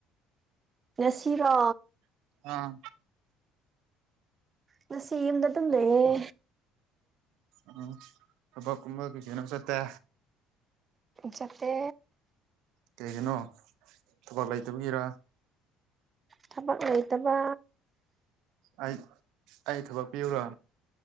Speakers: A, on the right (about 30°); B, on the right (about 75°).
A: ꯉꯥꯁꯤꯔꯣ
B: ꯑꯥ
A: ꯉꯥꯁꯤ ꯌꯨꯝꯗ ꯗꯨꯝ ꯂꯩꯌꯦ꯫
B: ꯎꯝ ꯊꯕꯛ ꯑꯃ ꯀꯩ ꯀꯩꯅꯣ ꯆꯠꯇꯦ꯫
A: ꯆꯠꯇꯦ꯫
B: ꯀꯩꯒꯤꯅꯣ ꯊꯕꯛ ꯂꯩꯇꯕꯒꯤꯔꯥ꯫
A: ꯊꯕꯛ ꯂꯩꯇꯕꯥ꯫
B: ꯑꯩ ꯑꯩ ꯊꯕꯛ ꯄꯤꯌꯨꯔꯣ꯫